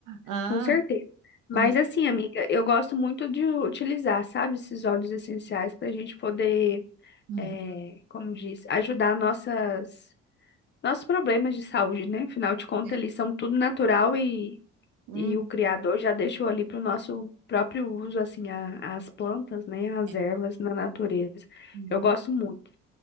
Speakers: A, on the right (about 60°); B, on the left (about 30°).
A: Ah,
B: com certeza. Mas
A: é.
B: assim, amiga, eu gosto muito de utilizar, sabe, esses óleos essenciais para a gente poder,
A: Uhum.
B: é, como diz, ajudar nossas, nossos problemas de saúde, né? Afinal de contas,
A: É.
B: eles são tudo natural e,
A: Hum,
B: e o Criador já deixou ali para o nosso próprio uso, assim, a- as plantas, né? As
A: é.
B: ervas na natureza.
A: Uhum.
B: Eu gosto muito.